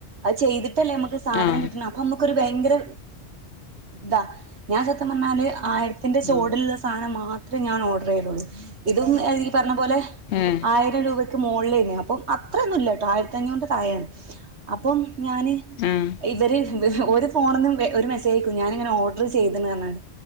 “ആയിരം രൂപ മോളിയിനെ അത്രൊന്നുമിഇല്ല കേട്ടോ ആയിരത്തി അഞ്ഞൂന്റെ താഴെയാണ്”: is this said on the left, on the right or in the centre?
Right